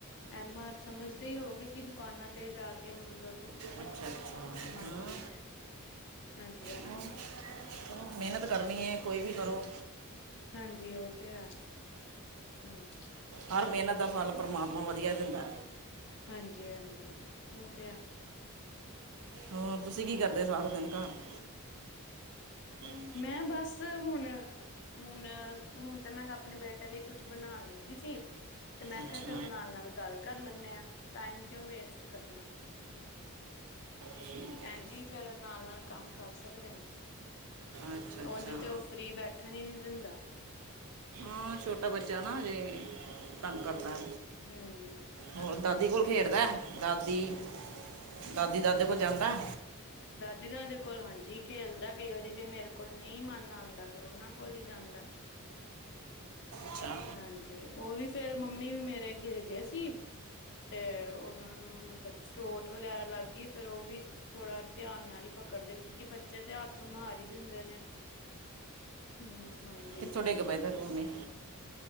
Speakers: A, on the left (about 55°); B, on the right (about 85°).
A: ਐਮ, ਆਰ ਸਮਝਦੇ ਹੋਗੇ ਕਿ ਦੁਕਾਨਾਂ ਤੇ ਜਾ ਕੇ ਮਤਲਬ ਓ,
B: ਅੱਛਾ ਅੱਛਾ ਹਾਂ
A: ਹਾਂਜੀ, ਹਾਂਜੀ-ਹਾਜੀ।
B: ਹਾਂ। ਚਲੋ ਮਿਹਨਤ ਕਰਨੀ ਏ, ਕੋਈ ਵੀ ਕਰੋ।
A: ਹਾਂਜੀ, ਉਹ ਤੇ ਐ, ਹੁਅ
B: ਹਰ ਮਿਹਨਤ ਦਾ ਫਲ ਪਰਮਾਤਮਾ ਵਧੀਆ ਦਿੰਦਾ
A: ਹਾਂਜੀ-ਹਾਂਜੀ ਉਹ ਤੇ ਐ
B: ਹੋਰ ਤੁਸੀਂ ਕੀ ਕਰਦੇ ਸਾਰਾ ਦਿਨ ਘਰ?' ' <inaudible>
A: ਮੈਂ ਬੱਸ ਹੁਣ। ਹੁਣ-ਹੁਣ ਤੇ ਮੈਂ ਆਪਣੇ ਬੇਟੇ ਲਈ ਕੁਛ ਬਣਾਨ ਲੱਗੀ ਸੀ। ਤੇ ਮੈਂ
B: ਅੱਛਾ
A: ਕਿਹਾ ਚੱਲ ਨਾਲ-ਨਾਲ ਗੱਲ ਕਰ ਲੈਂਣੇ ਆ। ਟਾਈਮ ਕਿਉਂ ਵੇਸਟ ਕਰਨਾ।
B: ਠੀਕ
A: ਭੈਣਜੀ
B: ਹੈ
A: ਫਿਰ ਨਾਲ-ਨਾਲ ਕੰਮ ਕਰ ਸਕਦੇ ਆ।
B: ਅੱਛਾ। ਅੱਛਾ
A: ਉੰਝ ਤੇ ਉਹ ਫ੍ਰੀ ਬੈਠਣ ਹੀ ਨੀ ਦਿੰਦਾ।
B: ਹਾਂ, ਛੋਟਾ ਬੱਚਾ ਨਾ ਹਜੇ, ਤੰਗ ਕਰਦਾ।
A: ਹਮ
B: ਹੋਰ ਦਾਦੀ
A: ਹਾਂਜੀ
B: ਕੋਲ
A: ਹਾਂਜੀ
B: ਖੇਡਦਾ। ਦਾਦੀ, ਦਾਦੀ-ਦਾਦੇ ਕੋਲ ਜਾਂਦਾ?
A: ਦਾਦੀ-ਦਾਦੇ ਕੋਲ ਹਾਂਜੀ ਖੇਲਦਾ। ਕਈ ਵਾਰੀ ਜੇ ਮੇਰੇ ਕੋਲ ਨਹੀਂ ਮਨ ਆਦਾ। ਫਿਰ ਉਹਨਾਂ ਕੋਲ ਹੀ ਜਾਂਦਾ।
B: ਅੱਛਾ।
A: ਹਾਂਜੀ, ਉਹ ਵੀ ਫੇਰ ਮੰਮੀ ਵੀ ਮੇਰੇ ਘਿਰ ਗਏ ਸੀ। ਤੇ ਉਹਨਾਂ ਨੂੰ ਮਤਲਬ ਸੋਟ ਵਗੈਰਾ ਲੱਗ ਗਈ ਫਿਰ ਉਹ ਵੀ ਥੋੜ੍ਹਾ ਧਿਆਨ ਨਾਲ ਹੀ ਪਕੜਦੇ। ਕਿਉਕਿ ਬੱਚੇ ਤੇ ਹੱਥ ਮਾਰ ਹੀ ਦਿੰਦੇ ਨੇ। ਹਮ ਹਾਂਜੀ
B: ਕਿੱਥੋ ਡਿੱਗ ਪਾਏ ਤੁਹਾਡੇ ਮੰਮੀ?